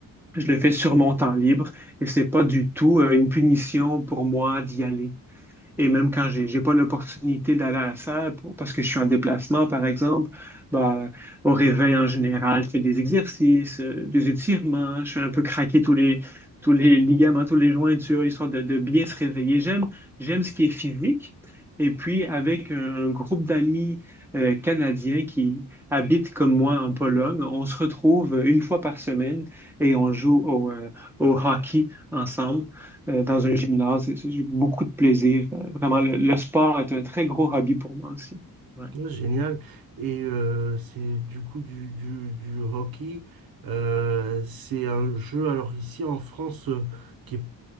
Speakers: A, in the centre; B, on the right.
A: je le fais sur mon temps libre et c'est pas du tout euh, une punition pour moi d'y aller. Et même quand j'ai j'ai pas l'opportunité d'aller à la salle pour- parce que je suis en déplacement, par exemple, bah, au réveil en général, je fais des exercices, euh, des étirements, je fais un peu craquer tous les, tous les ligaments, tous les jointures, histoire de, de bien se réveiller. J'aime, j'aime ce qui est physique. Et puis, avec un groupe d'amis euh, canadiens qui habitent comme moi en Pologne, on se retrouve une fois par semaine et on joue au, euh, au hockey ensemble euh, dans un gymnase. J'ai beaucoup de plaisir Vraiment, le, le sport est un très gros hobby pour moi aussi. Ouais.
B: Ouais, Génial. Et euh, c'est du coup du, du, du hockey. Euh, c'est un jeu, alors ici en France, euh, qui est